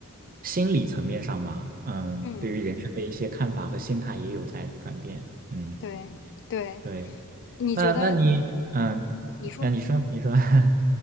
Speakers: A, on the right; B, on the left.
A: 心理层面上吧，嗯，
B: 嗯，
A: 对于人生的一些看法和心态也有在转变，嗯，
B: 对对，
A: 对，
B: 你觉得，
A: 那那你，嗯，
B: 嗯，你说，
A: 那你说，你说，<laughs>